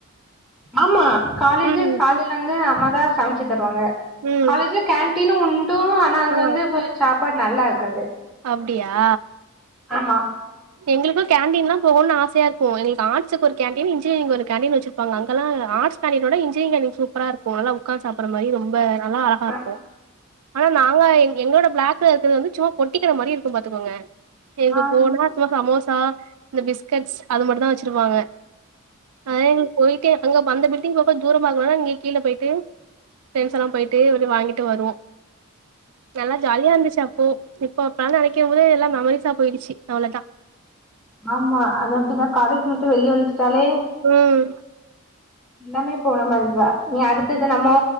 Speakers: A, in the centre; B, on the right (about 80°).
A: ஆமா காலேஜு
B: ம்.
A: காலையில இருந்து அம்மா தா சமச்சு தருவாங்க
B: ம்.
A: காலேஜு கேன்டீனு உண்டு ஆனா அங்க
B: ஆ.
A: வந்து சாப்பாடு நல்லா இருக்காது
B: அப்டியா
A: ஆமா
B: எங்களுக்கு கேன்டீன் லா போகனு ஆசயா இருக்கு எங்களுக்கு ஆட்ஸுகு ஒரு கேன்டீன் இன்ஜினியரிங்கு ஒரு கேண்டீன் வச்சு ப்பாங்க அங்கெல்லா ஆட்ஸ்கேன்டீனோட இன்ஞ்னியரிங் கேண்டின் சூப்பரா இருக்கு நல்லா உக்காந்து சாப்பற மாரி ரொம்ப நல்லா அழகா
A: ஆ
B: இருக்கு ஆனா நாங்க எ எங்களோட பிளாக் கலரு ருகிறது வந்து சும்மா பொட்டிக்கட மாரி இருக்கு பாத்துக்கோங்க எங்க
A: ஆ
B: போனா சும்மா சமோசா இந்த பிஸ்கட்ஸ் அது மட்டு தா வச்சிருப்பாங்க அதே எங்களுக்கு போய்ட்டே அங்க அந்த பில்டிங் பக்கோ தூரமா இருக்குனால இங்க கீழ போயிட்டு ப்ரண்ட்ஸ் எல்லா போயிட்டு இவடு வாங்கிட்டு வருவோ நல்லா ஜாலியா இருந்துச்சு அப்போ இப்போ அப்பா நெனைக்கும் போது எல்லா மெமரிஸா போயிடுசு அவ்ளதா
A: ஆமா அது அப்டிதா காலேஜு முட்ச்சு வெளியே வந்துட்டாலே
B: ம்
A: எல்லாமே போன மாதிரவா நீ அடுத்தது நம்மோ